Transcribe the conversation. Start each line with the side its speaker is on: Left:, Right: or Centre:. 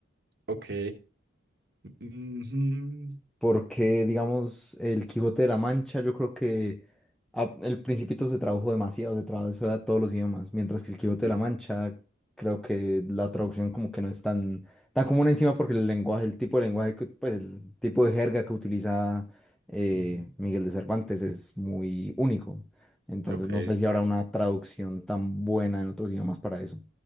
Right: Ok. Ujú,
Centre: porque, digamos, el Quijote de la Mancha, yo creo que a- el Principito se tradujo demasiado, se tradujo a todos los idiomas, mientras que el Quijote
Right: Sí.
Centre: de la Mancha, creo que la traducción como que no es tan, tan común encima porque el lenguaje, el tipo de lenguaje, que- pues el tipo de jerga que utiliza eh,
Right: Ujú,
Centre: Miguel de Cervantes es muy único. Entonces
Right: Ok.
Centre: no sé si habrá una traducción tan buena en otros idiomas para eso.